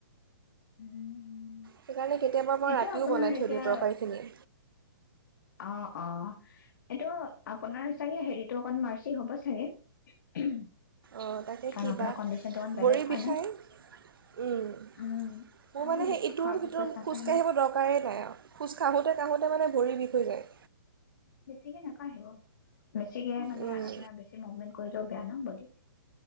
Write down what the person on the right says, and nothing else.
সেইকাৰণে কেতিয়াবা
মই ৰাতিও
বনাই
থৈ দিওঁ তৰকাৰীখিনি
অ', তাকে
কিবা,
ভৰি
বিষাই
উম,
মোৰ
মানে সেই
ইটোৰ
ভিতৰত
খোজকাঢ়িব দৰকাৰেই নাই আৰু খোজ কাঢ়োঁতে কাঢ়োতে মানে ভৰিৰ বিষ হৈ যায়।
উম,